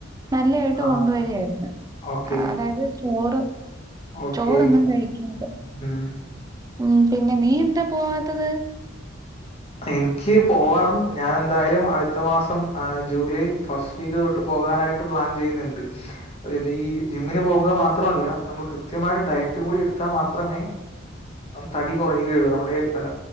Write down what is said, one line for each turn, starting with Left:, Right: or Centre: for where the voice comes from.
Right: നല്ലായിട്ട്
Left: ആഹ്
Right: കൊണ്ട് വെരായിരുന്നു
Left: ഓക്കെ
Right: അ അതായത് ചോറ്
Left: ഓക്കെ
Right: ചോറെന്നും കഴിക്ക്ണത്
Left: ഉം
Right: ഉം പിന്നെ നീ എന്താ പോവാത്തത്
Left: ഇൻക്ക് പോവണം ഞാനെന്തായാലും അട്ത്ത മാസം ആ ജൂലൈ ഫസ്റ്റ് വീക്ക് തൊട്ട് പോകാനായിട്ട് പ്ലാൻ ചെയ്യ്ന്ന്ണ്ട്. ഈ ജിമ്മിന് പോകുക മാത്രവല്ല നമ്മൾ കൃത്യമായ ഡയറ്റ് കൂടി എടുത്താ മാത്രമേ അവൻ തടി കൊറയുകയൊള്ളു നമ്മളുടെ ഏ